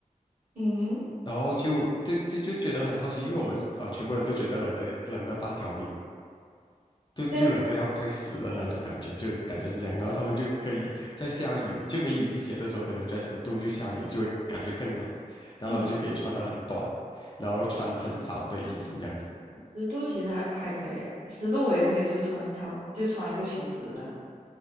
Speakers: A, on the right; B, on the left.
A: 嗯，
B: 然后就就就就觉得很好奇，因为我们呃全部人都觉得冷的冷的半条命，就就冷得要快死的那一种感觉，
A: 其实
B: 就感觉是这样。然后他们就可以在下雨，就梅雨季节的时候，可能在十度就下雨，就会感觉更冷。然后他们就可以穿得很短，
A: 嗯，
B: 然后穿很少的衣服这样子。
A: 十度其实还还可以欸十度我也可以就穿一套，就穿一个裙子这样。